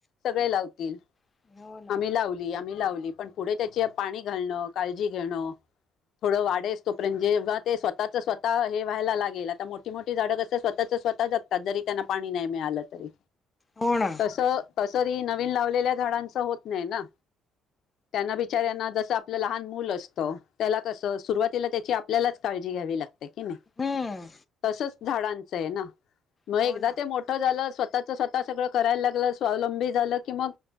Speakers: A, on the left; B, on the left.
A: सगळे लावतील
B: हो ना
A: आम्ही लावली आम्ही लावली पण पुढे त्याची पाणी घालणं काळजी घेणं थोडं वाढसतो पण जेव्हा ते स्वतःच स्वतः हे व्हायला लागेल आता मोठी मोठी झाडं कसं स्वतःच स्वतः जगतात जरी त्यांना पाणी नाही मिळालं तरी
B: हो ना
A: तसं तस नवीन लावलेल्या झाडांच होत नाही ना त्यांना बिचाऱ्यांना जसं आपलं लहान मुूल असतं त्याला कसं सुरुवातीला त्याची आपल्यालाच काळजी घ्यावी लागते क नाही
B: हम्म
A: तसच झाडांचं आहे ना मग
B: हो
A: एकदा
B: ना
A: ते मोठं झालं स्वतः स्वतः सगळं करायला लागलं स्वावलंबी झालं कि मग